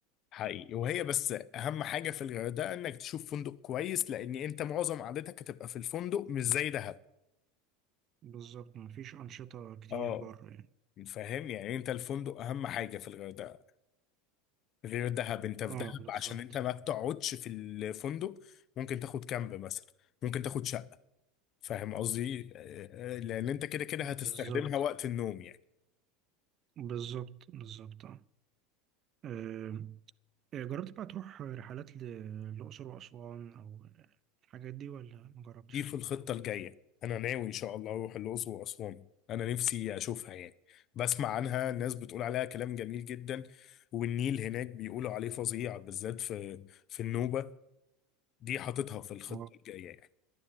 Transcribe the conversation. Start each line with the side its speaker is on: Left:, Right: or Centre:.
Left: حقيقي وهي بس أهم حاجة في الغردقة إنك تشوف فندق كويس لأن أنت معظم قعدتك هتبقى في الفندق مش زي دهب
Right: بالظبط مفيش أنشطة كتير
Left: اه
Right: بره يعني
Left: فاهم يعني أنت الفندق أهم حاجة في الغردقة غير دهب انت في مم.
Right: اه
Left: دهب
Right: بالظبط
Left: عشان انت ما بتقعدش في الفندق ممكن تاخد كامب مثلا ممكن تاخد شقة فاهم قصدي آه، آه، لان انت كده كده
Right: بالظبط
Left: هتستخدمها وقت النوم يعني
Right: بالظبط بالظبط اه آم، آه، جربت بقى تروح رحلات ل- للأقصر وأسوان أو الحاجات دي ولا ما جربتش؟
Left: دي في الخطة الجاية انا ناوي ان شاء الله اروح الاقصر واسوان انا نفسي اشوفها يعني بسمع عنها ناس بتقول عليها كلام جميل جدا والنيل هناك بيقولوا عليه فظيع بالذات في في النوبة دي حاططها في الخطة
Right: اه
Left: الجاية يعني